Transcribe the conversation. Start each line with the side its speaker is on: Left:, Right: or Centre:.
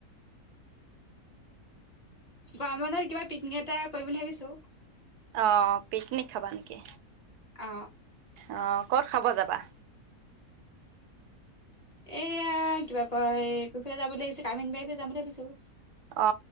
Left: গৰমৰত কিবা পিকনিক এটা কৰিম বুলি ভাবিছো
Right: অ পিকনিক খাবা নেকি
Left: অ
Right: অ ক'ত খাব যা বৱাহ
Left: এয়া কিবা কয় এই কুফিয় যাব ভাবিছ কামিন বাৰীফে যাম বুলি ভাবিছো
Right: অ